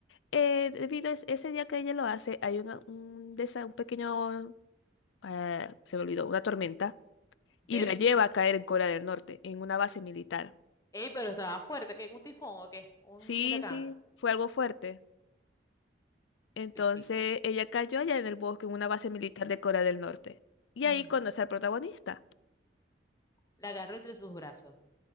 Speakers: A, on the left (about 85°); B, on the left (about 20°).
A: eh, debido a es- ese día que ella lo hace, hay una- un, desa- un pequeño, eh, se me olvidó, una tormenta
B: ¿Ok?
A: y
B: Ey,
A: la lleva a caer en Corea del Norte, en una base militar.
B: pero estaba fuerte, ¿qué? ¿Un tifón o qué? ¿Un
A: Sí,
B: huracán?
A: sí, fue algo fuerte. Entonces
B: Eh, Sí.
A: ella cayó allá en el bosque en una base militar de Corea del Norte. Y
B: Ujú.
A: ahí conoce al protagonista.
B: La agarró entre sus brazos.